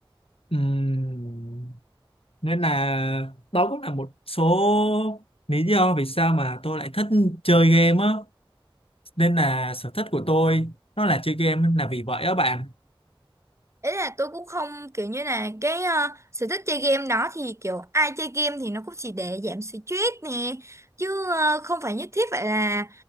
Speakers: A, on the left (about 80°); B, on the right (about 30°).
A: Ừm. nên là đó cũng là một số lý do vì sao mà tôi lại thích chơi game á nên là sở thích của tôi nó là chơi game là vì vậy á bạn
B: ý là tôi cũng không kiểu như là cái ờ, sở thích chơi game đó thì kiểu ai chơi game thì nó cũng chỉ để giảm stress nè chứ ờ, không phải nhất thiết phải là